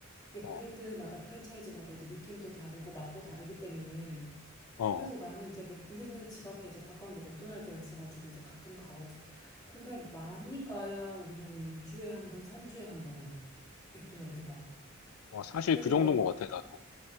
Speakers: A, on the left; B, on the left.
A: 이게
B: 어,
A: 브랜드마다 프랜차이즈마다 이제 느낌도 다르고 맛도 다르기 때문에
B: 어,
A: 그래서 나는 이제 맥, 우리는 집 앞에 이제 가까운데 맥도날드가 있어가지고 이제 가끔 가거든. 근데 많이 가야 우리는 2주에 한 번, 3주에 한 번이야. 맥도날드가.
B: 어, 사실
A: 그래서
B: 그 정도인
A: 너,
B: 것 같아, 나도.